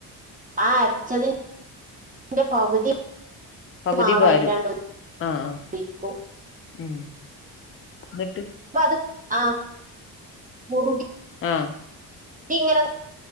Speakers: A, on the right (about 20°); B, on the left (about 35°).
A: ആ അരച്ചതിന്റെ പകുതി
B: പകുതി
A: മാവായില്ലാണ്ട്
B: പാരും. ആഹ് ആഹ്
A: ഒഴിക്കും
B: മം എന്നിട്ട്.
A: പ്പ അത് ആഹ് കുറുകി.
B: ആഹ്.
A: <inaudible> ഇങ്ങനെ